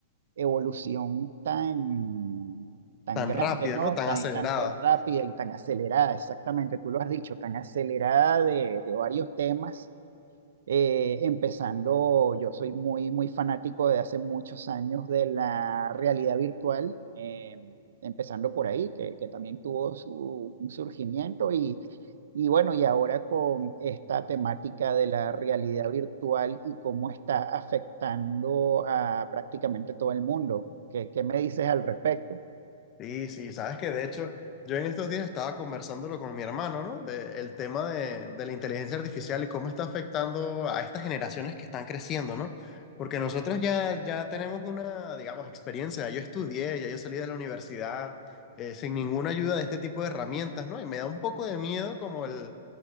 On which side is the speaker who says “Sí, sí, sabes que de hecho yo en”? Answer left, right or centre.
Left